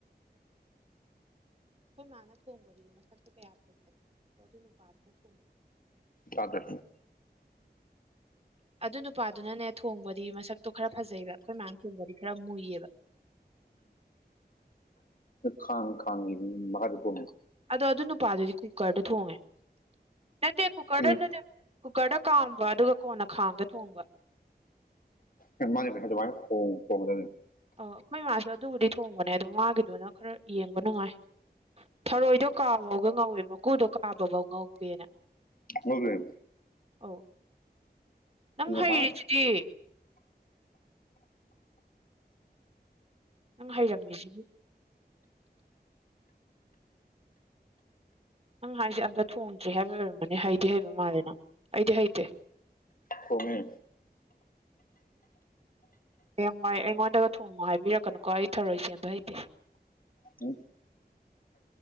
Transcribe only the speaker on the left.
ꯇꯗꯦ
ꯑꯥ ꯈꯥꯡ ꯈꯥꯡꯒꯤ ꯃꯍꯔꯖꯨ ꯄꯣꯟ
ꯎꯝ
ꯑꯥ ꯃꯥꯅꯦ ꯄ꯭ꯔꯦꯁꯔ ꯑꯗꯨꯃꯥꯏꯅ ꯍꯣꯡ ꯐꯣꯡꯒꯗꯅꯦ
ꯉꯣꯟꯌꯦ
ꯊꯨꯝ ꯃꯊꯥ
ꯊꯣꯡꯉꯦ
ꯎ <unintelligible>